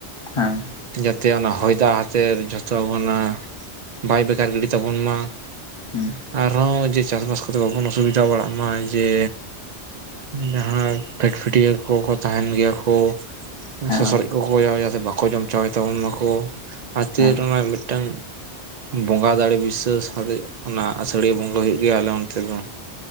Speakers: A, on the left (about 30°); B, on the right (about 50°).
A: ᱦᱮᱸ᱾
B: ᱡᱟᱛᱮ ᱚᱱᱟ ᱦᱚᱭ ᱫᱟᱜ ᱦᱟᱛᱮᱨ ᱡᱷᱚᱛᱚ ᱟᱵᱚᱱᱟᱜ ᱵᱟᱭ ᱵᱮᱠᱟᱨ ᱜᱤᱰᱤ ᱛᱟᱵᱚᱱ ᱢᱟ᱾
A: ᱦᱩᱸ ᱾
B: ᱟᱨᱦᱚᱸ ᱡᱮ ᱪᱟᱥᱵᱟᱥ ᱠᱚᱛᱮ ᱵᱟᱵᱚᱱ ᱚᱥᱩᱵᱤᱫᱷᱟ ᱵᱟᱲᱟᱜ ᱢᱟ ᱡᱮ ᱡᱟᱦᱟᱸ ᱯᱷᱮᱴ ᱯᱷᱴᱤᱭᱟᱹ ᱠᱚᱠᱚ ᱛᱟᱦᱮᱱ ᱜᱮᱭᱟ ᱠᱚ
A: ᱦᱮᱸ
B: ᱥᱚᱥᱥᱨᱚᱡ ᱠᱚᱠᱚ ᱡᱟ ᱡᱟᱛᱮ ᱵᱟᱠᱚ ᱡᱚᱢ ᱪᱟᱵᱟᱭ ᱛᱟᱵᱚᱱ ᱢᱟᱠᱚ ᱦᱟᱹᱛᱤᱭᱟᱹᱨ
A: ᱜᱚᱝᱠᱮ
B: ᱢᱟᱭ‌ ᱢᱤᱫᱴᱟᱝ ᱵᱚᱸᱜᱟ ᱫᱟᱲᱮ ᱵᱤᱥᱥᱟᱹᱥ ᱟᱛᱮᱫ ᱚᱱᱟ ᱟᱹᱥᱟᱹᱲᱤᱭᱟᱹ ᱵᱚᱸᱜᱟ ᱦᱩᱭᱩᱜ ᱜᱮᱭᱟ ᱟᱞᱮ ᱚᱱᱛᱮ ᱫᱚ᱾